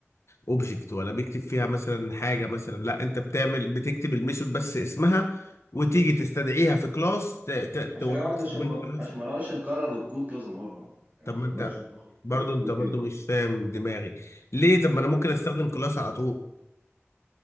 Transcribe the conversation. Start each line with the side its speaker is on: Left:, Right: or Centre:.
Left: اوبجكت ولا بيكتب فيها مثلا حاجه مثلا لا انت بتعمل بتكتب الميثود بس اسمها وتيجي تستدعيها في كلاس ت- ت-
Right: عشان
Left: تورثها
Right: اقعد عشان
Left: من
Right: ما
Left: كلاس
Right: عشان ما نقعدش نكرر الكود كذا مره يعني
Left: طب
Right: عشان
Left: ما انت
Right: ما نقعدش نكرر
Left: برضه
Right: الكود
Left: انت برضه
Right: كده
Left: مش فاهم دماغي ليه طب ما انا ممكن استخدم كلاس على طول